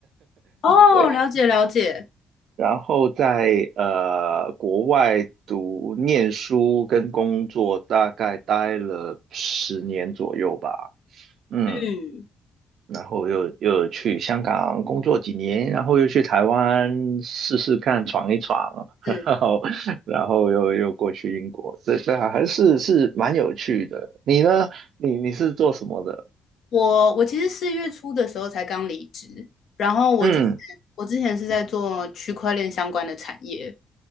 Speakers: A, on the left; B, on the right.
A: 哦，
B: 对。
A: 了解了解，
B: 然后在呃国外读念书跟工作，大概待了十年左右吧。嗯，
A: 嗯，
B: 然后又又去香港工作几年，然后又去台湾试试看闯一闯，<laughs>
A: 是
B: 然后然后又又过去英国，这这还是是蛮有趣的。你呢？你你是做什么的？
A: 我我其实四月初的时候才刚离职，然后我之前我之前是在做区块链相关的产业，
B: 嗯，